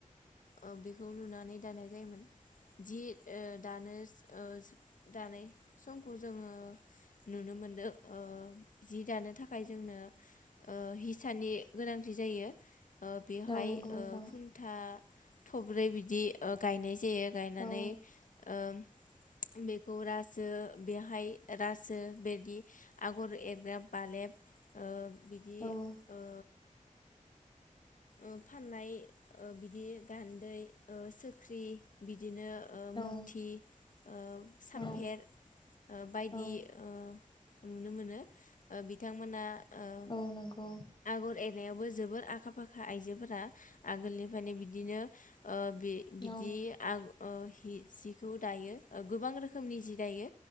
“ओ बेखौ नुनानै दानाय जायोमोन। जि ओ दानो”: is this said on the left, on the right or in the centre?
Left